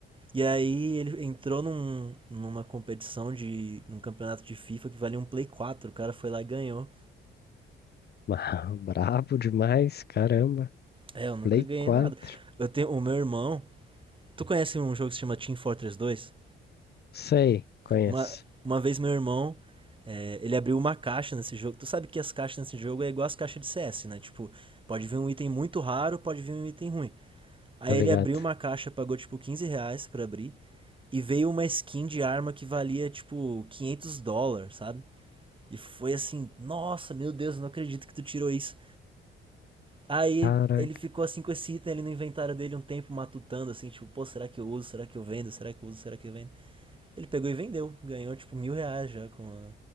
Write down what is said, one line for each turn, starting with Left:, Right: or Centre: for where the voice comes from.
Right: E aí ele entrou num, numa competição de. num campeonato de FIFA que valia um Play quatro O cara foi lá e ganhou.
Left: ma- brabo demais, caramba.
Right: É, eu nunca
Left: Play
Right: ganhei
Left: 4.
Right: nada. Eu tenho o meu irmão. Tu conhece um jogo que se chama Team Fortress dois
Left: Sei, conheço.
Right: Uma, uma vez meu irmão, é, ele abriu uma caixa nesse jogo. Tu sabe que as caixas nesse jogo é igual as caixas de CS, né? Tipo, pode vir um item muito raro, pode vir um item ruim. Aí
Left: Tô ligado.
Right: ele abriu uma caixa, pagou tipo 15 reais pra abrir. E veio uma skin de arma que valia tipo 500 dólares, sabe? E foi assim, nossa, meu Deus, não acredito que tu tirou isso. Aí
Left: Cara,
Right: ele ficou assim com esse item ali no inventário dele um tempo matutando, assim, tipo, pô, será que eu uso? Será que eu vendo? Será que eu uso? Será que eu vendo? Ele pegou e vendeu. Ganhou, tipo, mil reais já com a-